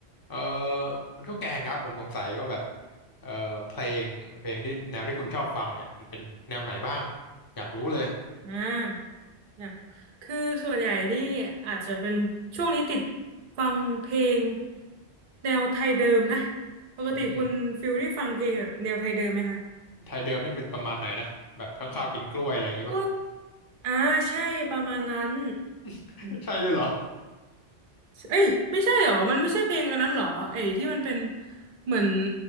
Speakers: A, on the left; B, on the right.
A: เออคุณข้าวแกงครับผมสงสัยว่าแบบเออเพลงเพลงที่แนวที่คุณชอบฟังเนี่ยมันเป็นแนวไหนบ้างอยากรู้เลย
B: อ่าอยากคือส่วนใหญ่นี่อาจจะเป็นช่วงนี้ติดฟังเพลงแนวไทยเดิมนะปกติคุณฟิลนี่ฟังเพลงแบบแนวไทยเดิมไหมคะ
A: อืมไทยเดิมนี่เป็นประมาณไหนนะแบบข้างข้าวกินกล้วยอะไรอย่างงี้ป่ะ
B: พวกอ่าใช่ประมาณนั้น
A: <laughs> ใช่ด้วยเหรอ
B: เอ้ยไม่ใช่หรอมันไม่ใช่เพลงอันนั้นหรอไอ้ที่มันเป็นเหมือน